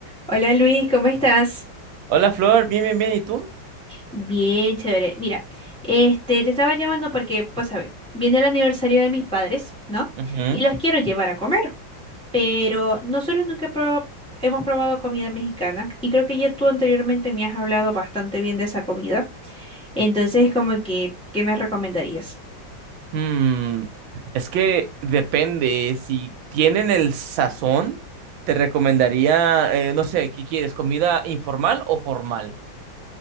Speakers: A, in the centre; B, on the right.
A: Hola Luis, ¿cómo estás?
B: Hola Flor, bien, bien, bien, ¿y tú?
A: Bien, chévere. Mira, este, te estaba llamando porque, pues, a ver, viene el aniversario de mis padres, ¿no?
B: Ujú.
A: Y los quiero llevar a comer, pero nosotros nunca proba- hemos probado comida mexicana y creo que ya tú anteriormente me has hablado bastante bien de esa comida. Entonces, como que, ¿qué me recomendarías?
B: Mm, es que depende, si tienen el sazón, te recomendaría, eh, no sé, ¿qué quieres? ¿Comida informal o formal?